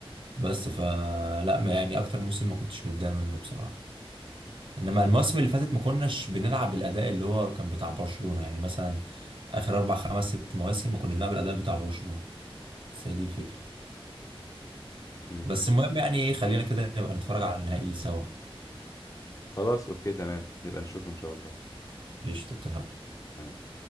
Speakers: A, on the right; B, on the left.
A: بس ف لا ما يعني اكتر موسم ما كنتش متضايق منه بصراحه انما المواسم اللي فاتت ما كناش بنلعب بالاداء اللي هو كان بتاع برشلونة يعني مثلا اخر اربع خمس ست مواسم ما كناش بنلعب الاداء بتاع برشلونة بس هي دي الفكرة
B: مم.
A: بس المهم يعني خلينا كده نبقى نتفرج على النهائي سوا
B: خلاص اوكي تمام نبقى نشوف ان شاء الله
A: ايش تتفق
B: تمام